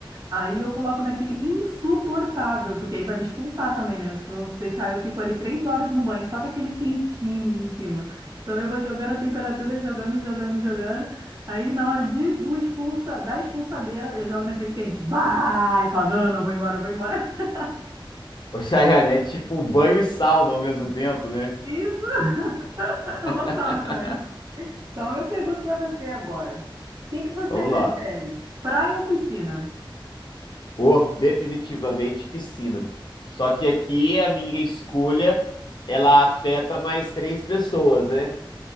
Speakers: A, on the right; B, on the left.
A: aí eu coloco naquele insuportável, porque aí vai me expulsar também, né? Se não se deixar, eu fico ali três horas no banho, só com aquele quentinho em cima. Então eu vou jogando a temperatura, jogando, jogando, jogando. Aí na hora de, do expulsa, da expulsadeira, eu jogo naquele quente. Bah! E falo, não, não, não, vou embora, vou embora. <laughs>
B: Ô, Chayane, é tipo banho e sauna ao mesmo tempo, né?
A: Isso,
B: <laughs>
A: eu vou sauna também. Então, eu pergunto para você agora: o que que você
B: Vamos
A: prefere,
B: lá.
A: praia ou piscina?
B: Ou definitivamente piscina. Só que aqui a minha escolha, ela afeta mais três pessoas, né?